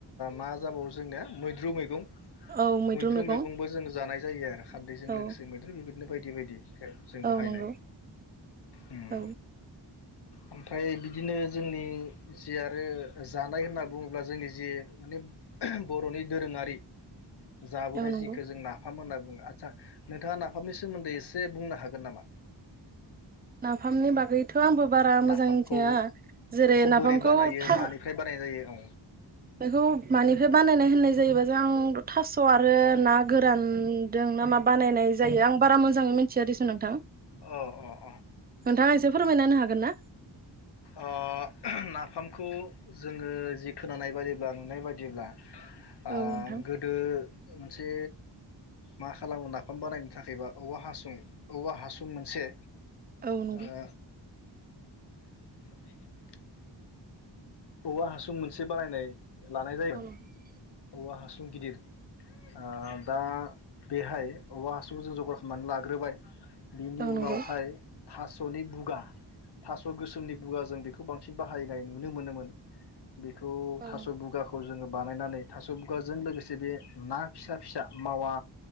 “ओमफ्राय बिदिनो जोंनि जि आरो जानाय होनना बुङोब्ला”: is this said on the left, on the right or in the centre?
Left